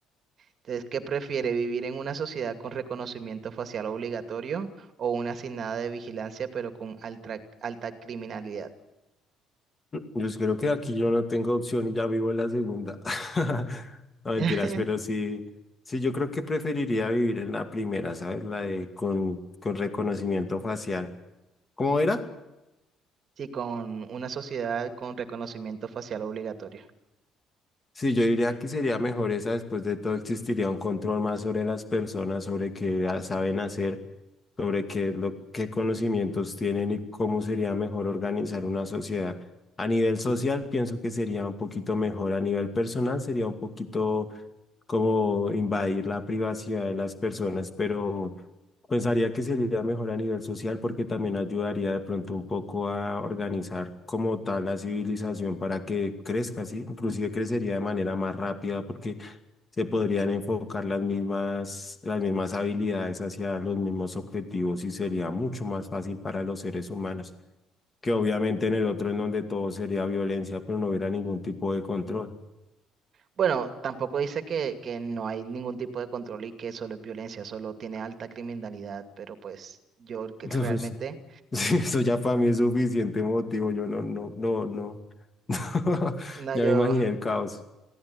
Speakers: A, on the right; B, on the left.
A: Entonces, ¿qué prefiere, vivir en una sociedad con reconocimiento facial obligatorio o una sin nada de vigilancia, pero con alta, alta criminalidad?
B: Yo creo que aquí yo no tengo opción y ya vivo en la segunda. <laughs> No mentiras,
A: <laughs>
B: pero sí, sí, yo creo que preferiría vivir en la primera, ¿sabes? La de con, con reconocimiento facial. ¿Cómo era?
A: Sí, con una sociedad con reconocimiento facial obligatorio.
B: Sí, yo diría que sería mejor esa. Después de todo, existiría un control más sobre las personas, sobre qué ah, saben hacer, sobre qué, es lo, qué conocimientos tienen y cómo sería mejor organizar una sociedad. A nivel social, pienso que sería un poquito mejor. A nivel personal, sería un poquito como invadir la privacidad de las personas, pero pensaría que sería mejor a nivel social porque también ayudaría de pronto un poco a organizar como tal la civilización para que crezca, ¿sí? Inclusive crecería de manera más rápida porque se podrían enfocar las mismas, las mismas habilidades hacia los mismos objetivos y sería mucho más fácil para los seres humanos, que obviamente en el otro en donde todo sería violencia, pero no hubiera ningún tipo de control.
A: Bueno, tampoco dice que, que no hay ningún tipo de control y que solo es violencia, solo tiene alta criminalidad, pero pues yo que
B: Eso,
A: realmente,
B: pues, <laughs> sí, eso ya para mí es suficiente motivo. Yo no, no, no, no. <laughs>
A: no,
B: Ya
A: yo,
B: me imaginé el caos.